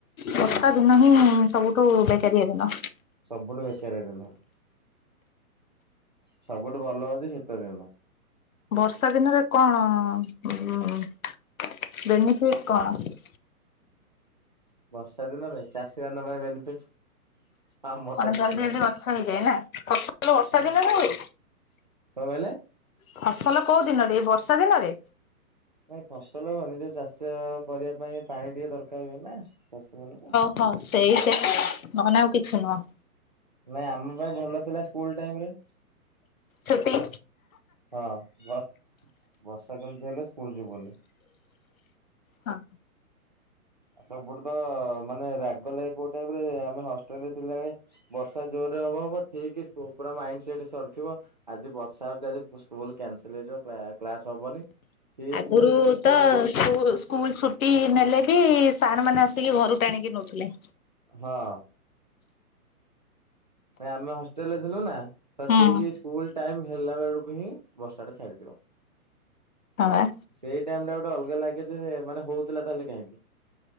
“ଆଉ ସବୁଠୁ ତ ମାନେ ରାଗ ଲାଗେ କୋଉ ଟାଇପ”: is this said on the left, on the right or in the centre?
Right